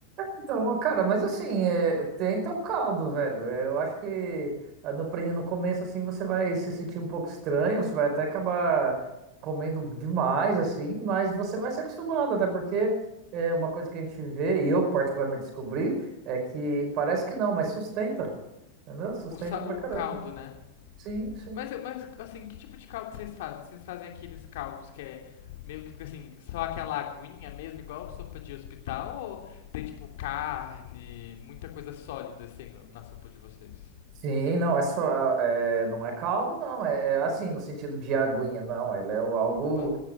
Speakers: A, on the right (about 40°); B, on the left (about 55°).
A: Então, cara, mas assim, é, tenta o caldo, velho. É, Eu acho que ah, no, pri- no começo, assim, você vai se sentir um pouco estranho, você vai até acabar comendo demais, assim, mas você vai se acostumando, até porque é uma coisa que a gente vê, e eu particularmente descobri, é que parece que não, mas sustenta, entendeu? Sustenta
B: O, sa-
A: pra
B: o
A: caramba.
B: caldo, né?
A: Sim, sim.
B: Mas, eu- mas, assim, que tipo de caldo vocês fazem? Vocês fazem aqueles caldos que é meio que fica assim, só aquela aguinha mesmo, igual sopa de hospital? Ou tem, tipo, carne, muita coisa sólida, assim, no- na sopa de vocês?
A: Sim, não, é só, ah, é, não é caldo, não. É, é assim, no sentido de aguinha, não. Ele é algo.
B: Uma-